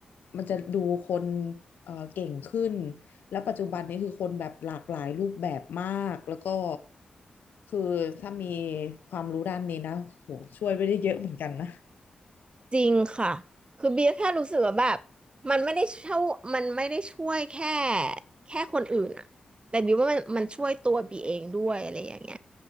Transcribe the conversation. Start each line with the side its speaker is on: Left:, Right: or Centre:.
Left: มันจะดูคนเอ่อเก่งขึ้นแล้วปัจจุบันนี้คือคนแบบหลากหลายรูปแบบมากแล้วก็คือถ้ามีความรู้ด้านนี้นะโหช่วยไปได้เยอะเหมือนกันนะ
Right: จริงค่ะคือเบียร์แค่รู้สึกว่าแบบมันไม่ได้ช่วยมันไม่ได้ช่วยแค่แค่คนอื่นอะแต่เบียร์ว่ามันมันช่วยตัวบีเองด้วยอะไรอย่างเงี้ย